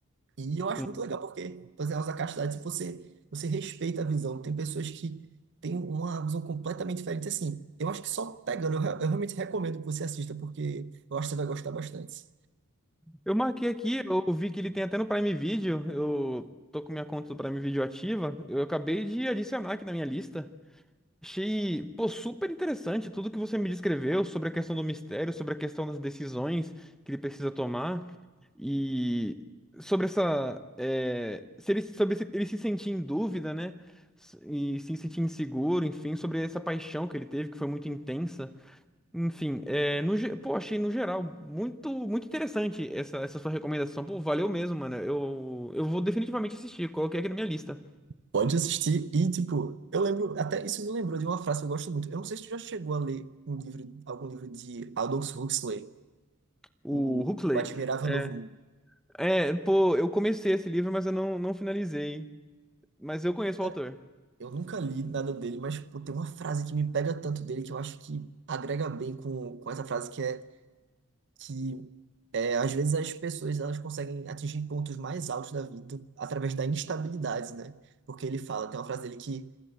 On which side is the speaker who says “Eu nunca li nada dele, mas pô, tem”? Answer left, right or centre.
Right